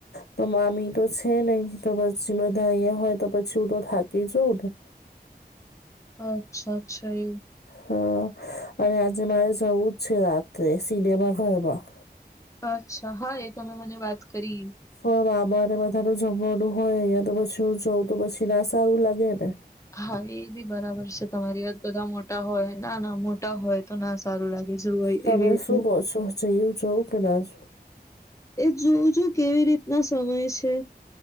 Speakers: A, on the left; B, on the left.
A: તો મામી તો છે નહી તો પછી બધા અહીંયા હોય તો પછી હું તો થાકી જઉં ને
B: અચ્છા અચ્છા એવું
A: હા અને આજે મારે જવું જ છે રાત્રે સિનેમા ઘરમાં
B: અચ્છા હા એ તમે મને વાત કરી
A: ફોર્મ આમાં ને બધાનું જમવાનું હોય અહીયા તો પછી હું જઉં તો પછી ના સારું લાગેને
B: હા એ બી બરાબર છે તમારી વાત બધા મોટા હોય નાના મોટા હોય તો ના સારું લાગે જેવું હોય
A: તમે
B: એવી રીતે
A: શું કહો છો જયું જવું કે ના જવું?
B: એ જોજો કેવી રીતના સમય છે